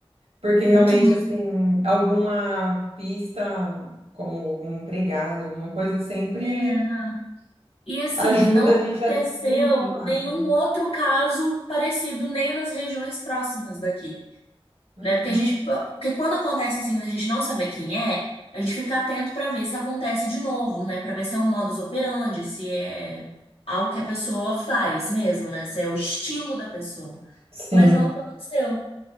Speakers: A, on the right; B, on the left.
A: porque realmente
B: O que
A: assim, alguma pista, como um empregado, alguma coisa, sempre
B: é, né? E assim,
A: ajuda
B: não aconteceu
A: a gente a desenrolar,
B: nenhum
A: né?
B: outro caso parecido nem nas regiões próximas daqui,
A: Uhum.
B: né? Porque a gente, porque quando acontece assim, da gente não saber quem é, a gente fica atento para ver se acontece de novo, né? Para ver se é um modus operandi, se é algo que a pessoa faz mesmo, né? Se é o estilo da pessoa.
A: Sim.
B: Mas não aconteceu.